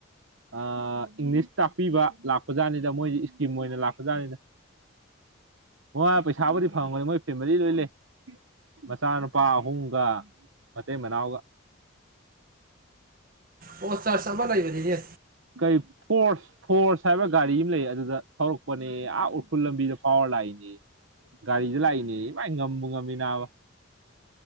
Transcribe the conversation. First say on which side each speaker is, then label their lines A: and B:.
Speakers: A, on the right (about 65°); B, on the right (about 40°).
A: ꯑꯥ ꯏꯪꯂꯤꯁ ꯇꯥꯛꯄꯤꯕ ꯂꯥꯛꯄꯖꯥꯠꯅꯤꯗ ꯃꯣꯏꯁꯤ ꯏꯁꯀꯤꯝ ꯑꯣꯏꯅ ꯂꯥꯛꯄꯖꯥꯠꯅꯤꯗ ꯃꯣꯏ ꯄꯩꯁꯥꯕꯨꯗꯤ ꯐꯪꯉꯝꯒꯅꯤ ꯃꯣꯏ ꯐꯦꯃꯤꯂꯤ ꯂꯣꯏ ꯂꯩ ꯃꯆꯥꯅꯨꯄꯥ ꯑꯍꯨꯝꯒ ꯃꯇꯩ ꯃꯅꯥꯎꯒ
B: ꯑꯣ ꯆꯥꯔꯁ ꯑꯃ ꯂꯩꯏꯕꯅꯤꯅꯦ
A: ꯀꯔꯤ ꯐꯣꯔꯁ ꯐꯣꯔꯁ ꯍꯥꯏꯕ ꯒꯥꯔꯤ ꯑꯃ ꯂꯩ ꯑꯗꯨꯗ ꯊꯧꯔꯛꯄꯅꯦ ꯑꯥ ꯎꯈꯨꯜ ꯂꯝꯕꯤꯗ ꯐꯥꯎꯔ ꯂꯥꯛꯏꯅꯦ ꯒꯥꯔꯤꯗ ꯂꯥꯛꯏꯅꯦ ꯏꯃꯥꯏ ꯉꯕꯨ ꯉꯝꯃꯤ ꯅꯥꯕ <inaudible>